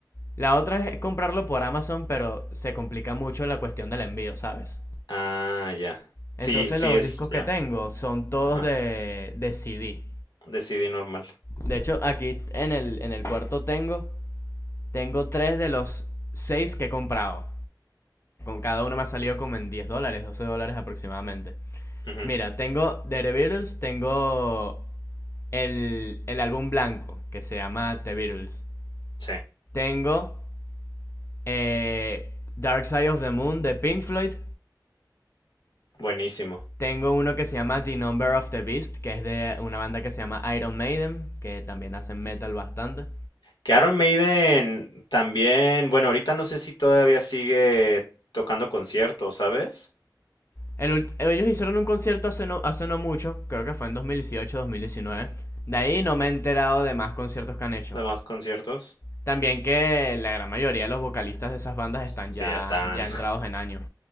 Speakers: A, on the left (about 35°); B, on the left (about 80°).
A: La otra es comprarlo por Amazon, pero se complica mucho la cuestión del envío, ¿sabes?
B: Ah, ya.
A: Entonces
B: Sí, sí
A: los
B: es,
A: discos que
B: ya.
A: tengo son todos
B: Ajá.
A: de, de CD.
B: De CD normal.
A: De hecho, aquí en el, en el cuarto tengo, tengo tres de los seis que he comprado. cada uno me ha salido como en 10 dólares, 12 dólares aproximadamente.
B: Ujú,
A: Mira, tengo The Beatles, tengo el, el álbum blanco, que se llama The Beatles.
B: Sí,
A: Tengo eh, Dark Side of the Moon de Pink Floyd
B: buenísimo.
A: Tengo uno que se llama The Number of the Beast, que es de una banda que se llama Iron Maiden, que también hacen metal bastante.
B: Que Iron Maiden también, bueno, ahorita no sé si todavía sigue tocando conciertos, ¿sabes?
A: El ellos hicieron un concierto hace no, hace no mucho, creo que fue en 2018-2019. De ahí no me he enterado de más conciertos que han hecho.
B: Además, conciertos.
A: También que la gran mayoría de los vocalistas de esas bandas están
B: Sí,
A: ya,
B: ya están,
A: ya
B: <laughs>
A: entrados en años,